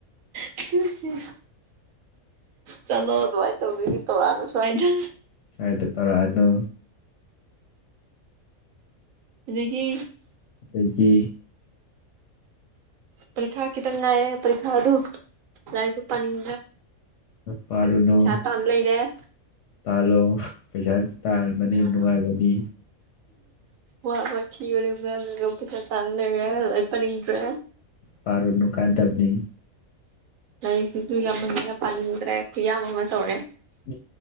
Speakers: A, on the right (about 70°); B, on the left (about 65°).
A: ꯇꯁ ꯆꯠꯂꯣ ꯑꯗꯨꯃꯥꯏꯅ ꯇꯧꯗꯣꯏꯗꯤ ꯇꯧꯔꯛꯅꯨ ꯁ꯭ꯋꯥꯏꯗ
B: ꯁꯥꯏꯗ ꯇꯧꯔꯛꯑꯅꯨ
A: ꯍꯧꯖꯤꯀꯤ
B: ꯑꯗꯒꯤ
A: ꯄꯔꯤꯈꯥ ꯈꯤꯇꯪ ꯉꯥꯏꯌꯦꯦ ꯄꯔꯤꯈꯥ ꯑꯗꯨ ꯂꯥꯏꯔꯤꯛꯁꯨ ꯄꯥꯅꯤꯡ
B: ꯄꯥꯔꯨꯅꯨ
A: ꯆ ꯇꯝ ꯂꯩꯅꯦꯦ
B: ꯇꯥꯜꯂꯣ ꯄꯩꯁꯥ ꯇꯥꯥꯟꯕꯅꯤ
A: ꯑꯩꯅ
B: ꯅꯨꯡꯉꯥꯏꯕꯅꯤ
A: ꯋꯥ ꯋꯥꯊꯤ ꯑꯣꯏꯒ ꯄꯩꯁꯥ ꯇꯥꯅ ꯂꯩꯔꯦ ꯑꯗꯨꯩ ꯄꯥꯅꯤꯡꯗ꯭ꯔꯦ
B: ꯄꯥꯔꯅꯨ ꯀꯥꯟꯗꯕꯅꯤ
A: ꯂꯔꯤꯛꯁꯤꯁꯨ ꯌꯥꯝ ꯐꯖꯅ ꯄꯥꯅꯤꯡꯗ꯭ꯔꯦ ꯈꯨꯌꯥꯝ ꯑꯃ ꯇꯧꯔꯦ
B: ꯎꯝ